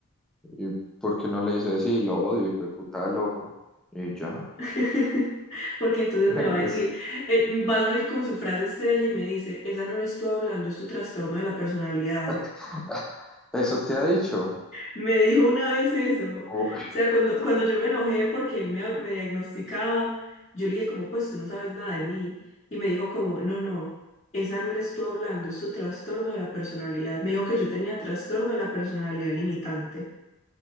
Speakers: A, in the centre; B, on the left.
A: ¿Y por qué no le dices, sí, lo odio, hijo de puta, loco? Y ya.
B: <laughs> Porque entonces
A: <laughs>
B: me va a decir,
A: Es-
B: eh, va a salir con su frase estrella y me dice, esa no eres tú hablando, es tu trastorno de la personalidad.
A: <laughs> ¿Eso te ha dicho?
B: Me dijo una vez eso. O
A: Uy,
B: sea, cuando, cuando yo me enojé porque él me, me diagnosticaba, yo le dije como, pues tú no sabes nada de mí. Y me dijo como, no, no, esa no eres tú hablando, es tu trastorno de la personalidad. Me dijo que yo tenía trastorno de la personalidad limitante.